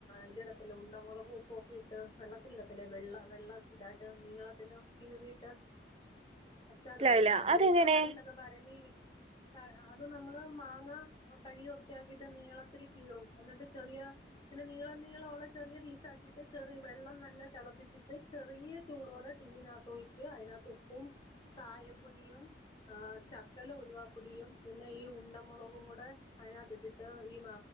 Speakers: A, on the left; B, on the right.
A: ഇതിടത്തില്ലെ ഉണ്ടമുളക് ഉപ്പൊക്കെ ഇട്ട് വെള്ളത്തിടതില്ലേ? വെള്ള വെള്ള തായിട്ട് നീളത്തിൽ കീറിട്ട് അച്ചാർ
B: മനസ്സിലായില്ല
A: ഇടൂലെ നമ്മൾ
B: അതെങ്ങനെ
A: ഈ കടകളിലൊക്കെ ഭരണിയില്
B: <inaudible>
A: അത് നമ്മള് മാങ്ങ കഴുകി വൃത്തിയാക്കിയിട്ട് നീളത്തില് കീറും എന്നിട്ട് ചെറിയ- പിന്നെ നീളം നീളമുള്ള ചെറിയ പീസാക്കിയിട്ട് ചെറിയ വെള്ളം നല്ല- തിളപ്പിച്ചിട്ട് ചെറിയ ചൂടോടെ ടിന്നിനകത്ത് ഒഴിച്ച് അതിനകത്ത് ഉപ്പും കായപ്പൊടിയും- ആ് ശകലം ഉലവാപ്പൊടിയും പിന്നെ ഈ ഉണ്ടമുളകും കൂടെ അതിനകത്തിട്ടിട്ട് ഈ